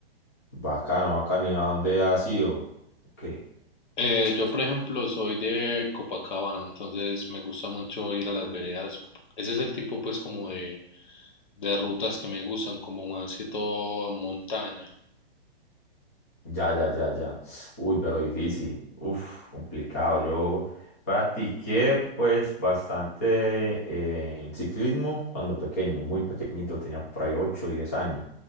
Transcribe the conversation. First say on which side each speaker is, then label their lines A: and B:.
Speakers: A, on the left; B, on the left.
A: Bacano, bacano. ¿Y a dónde has ido? Ok.
B: Eh, yo, por ejemplo, soy de Copacabana, entonces me gusta mucho ir a las veredas. Ese es el tipo, pues, como de, de rutas que me gustan, como más que todo montaña.
A: Ya, ya, ya, ya. Uy, pero difícil. Uf, complicado. Yo practiqué pues bastante eh, en ciclismo cuando pequeño, muy pequeñito, tenía por ahí 8, 10 años.